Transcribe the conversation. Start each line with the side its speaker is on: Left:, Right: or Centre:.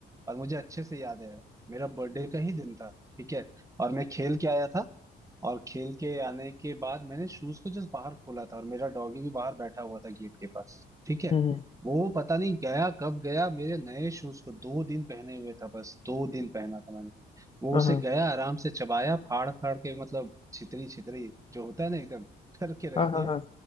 Right: और मुझे अच्छे से याद है मेरा बर्थडे का ही दिन था ठीक है और मैं खेल के आया था और खेल के आने के बाद मैंने शूज को जस्ट बाहर खोला था और मेरा डॉगी भी बाहर बैठा हुआ था गेट के पास ठीक है
Left: हम्म हम्म,
Right: वो पता नहीं गया कब गया मेरे नए शूज को दो दिन पहने हुए था बस दो दिन पहना था मैंने वो
Left: हाँ
Right: उसे
Left: हाँ
Right: गया आराम से चबाया फाड़ फाड़ के मतलब छितरी छितरी जो होता है ना एकदम करके
Left: हाँ
Right: रख
Left: हाँ
Right: दिया
Left: हाँ